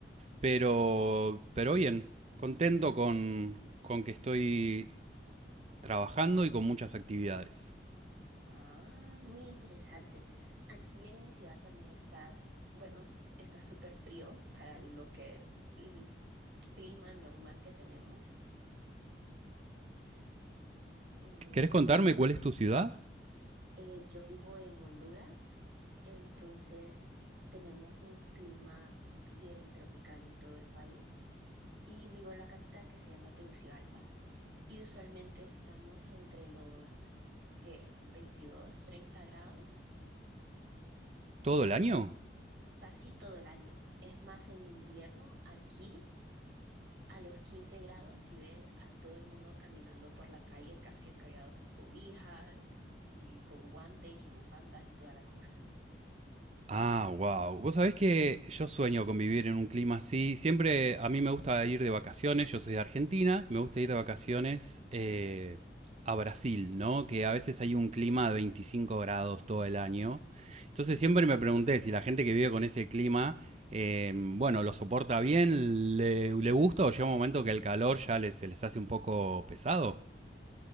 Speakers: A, on the right; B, on the right.
A: pero, pero bien, contento con, con que estoy trabajando y con muchas actividades.
B: Ah, muy interesante. Aquí en mi ciudad también estás, bueno, está súper frío para lo que el clima normal que tenemos. Eh,
A: ¿Querés contarme cuál es tu ciudad?
B: eh, yo vivo en Honduras, entonces tenemos un clima bien tropical en todo el país y vivo en la capital que se llama Tegucigalpa y usualmente estamos entre los que 22, 30 grados
A: ¿Todo el año?
B: casi todo el año. Es más, en invierno aquí a los 15 grados y ves a todo el mundo caminando por la calle casi enrollados en cobijas y con guantes y bufandas y toda la cosa.
A: Ah, wow. Vos sabés que yo sueño con vivir en un clima así. Siempre a mí me gusta ir de vacaciones. Yo soy de Argentina. Me gusta ir de vacaciones eh, a Brasil, ¿no? Que a veces hay un clima de 25 grados todo el año. Entonces siempre me pregunté si la gente que vive con ese clima, eh, bueno, lo soporta bien, le, le gusta o llega un momento que el calor ya les- se les hace un poco pesado.